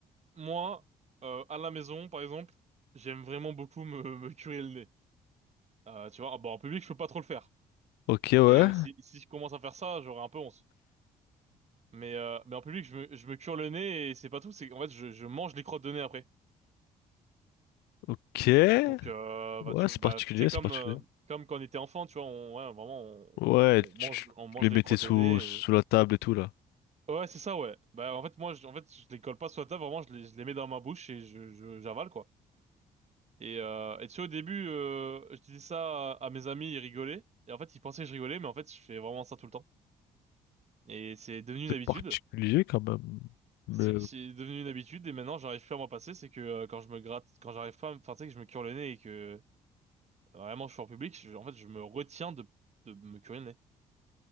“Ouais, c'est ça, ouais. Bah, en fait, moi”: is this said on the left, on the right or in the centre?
Right